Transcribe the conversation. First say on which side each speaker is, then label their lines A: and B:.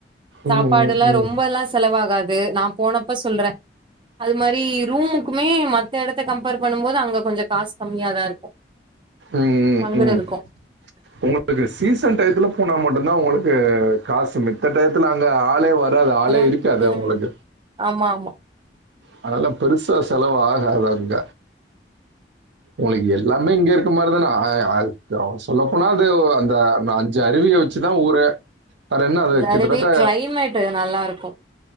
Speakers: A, on the right; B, on the right.
A: சாப்பாடுலா
B: ம், ம், ம்.
A: ரொம்பல்லா செலவாகாது நா போனப்ப சொல்றே அது மாரி ரூமுக்குமே மத்த எடத்த கம்பேர் பண்ணும் போது அங்க கொஞ்சோ காசு கம்மியா தா இருக்கு
B: ம்
A: தங்குறதுக்கு
B: ம் ம்
A: <inaudible>
B: உங்களுக்கு சீசன் டையத்துலா போனா மட்டு தா உங்களுக்கு காசு மித்த டையத்துலா அங்க ஆளே வர வராது
A: பரவால்
B: ஆளே இருக்காது
A: ம்
B: உங்களுக்கு
A: ஆமா ஆமா
B: அதனால பெருசா செலவு ஆகாது அங்க உங்களுக்கு எல்லாமே இங்க இருக்க மாரிதானே அ அது சொல்லப்போனா அது ஒ அந்த நா அஞ்சு அருவிய வெச்சு வெச்சி தா ஊரு வேற என்ன அது
A: இது
B: கிட்டத்தட்ட
A: அருவி கிளைமேட் நல்லா இருக்கு